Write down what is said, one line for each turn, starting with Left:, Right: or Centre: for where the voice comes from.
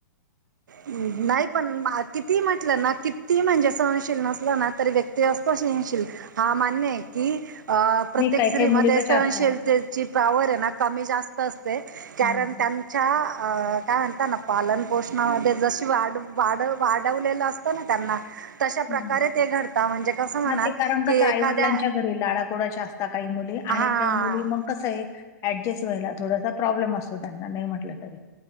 Right: नाही पण किती म्हटलं ना किती म्हणजे सहनशील नसला ना तरी व्यक्ती असत सहनशील. हा मान्य आहे की अ प्रत्येक
Left: नाही काही-काही
Right: स्त्री
Left: मुली
Right: मध्ये
Left: कशा
Right: सहनशीलते
Left: असतात
Right: ची पावर आहे ना कमी जास्त असते. कारण
Left: हं,
Right: त्यांच्या अ काय म्हणता ना पालन पोषणामध्ये- जशी वा वाढवलेलं असतं ना त्यांना तशा प्रकारे
Left: हं.
Right: ते घडता म्हणजे कसं म्हणाल
Left: हां, ते कारण
Right: की
Left: कसं
Right: एखाद्या
Left: आई-वडिलांच्या लाडाकोडाच्या असता काही मुली
Right: हा
Left: आणि त्या मुली मग कस आहे ऍडजस्ट व्हायला थोडासा प्रॉब्लेम असतो त्यांना नाही म्हटलं तरी